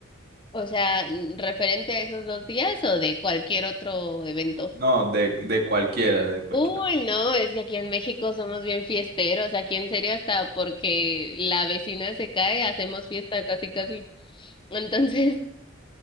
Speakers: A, on the left; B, on the right.
A: O sea, mm, referente a esos dos días o de cualquier otro evento.
B: No, de, de cualquiera, de cualquiera.
A: Uy, no, es que aquí en México somos bien fiesteros, aquí en serio hasta porque la vecina se cae, hacemos fiesta casi casi. <laughs> Entonces,